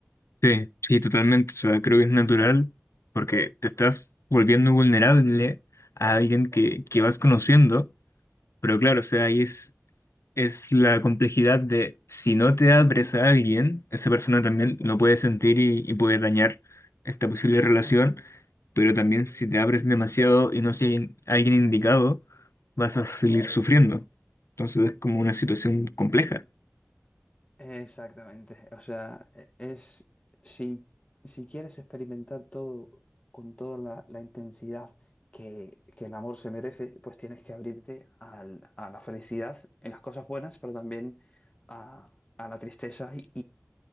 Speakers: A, on the left (about 75°); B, on the left (about 25°).
A: Sí, sí, totalmente. O sea, creo que es natural porque te estás volviendo vulnerable a alguien que, que vas conociendo, pero claro, o sea, ahí es es la complejidad de si no te abres a alguien, esa persona también lo puede sentir y, y puede dañar esta posible relación, pero también si te abres demasiado y no si hay alguien indicado, vas a seguir sufriendo. Entonces es como una situación compleja.
B: Exactamente. O sea, e- es si, si quieres experimentar todo con toda la, la intensidad que, que el amor se merece, pues tienes que abrirte al- a la felicidad en las cosas buenas, pero también a, a la tristeza y,